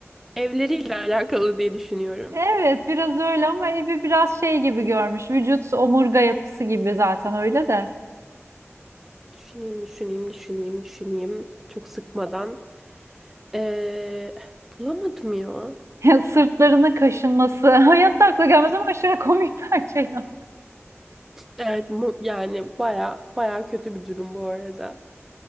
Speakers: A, in the centre; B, on the right.
A: evleriyle alakalı diye düşünüyorum.
B: Evet biraz öyle ama evi biraz şey gibi görmüş. Vücut omurga yapısı gibi zaten öyle de.
A: Düşüneyim, düşüneyim, düşüneyim, düşüneyim. Çok sıkmadan. Ee, bulamadım ya.
B: <laughs> sırtlarının kaşınması. <laughs> Hayatta akla gelmez ama aşırı komik <laughs> bence ya.
A: Evet, mu- yani baya baya kötü bir durum bu arada.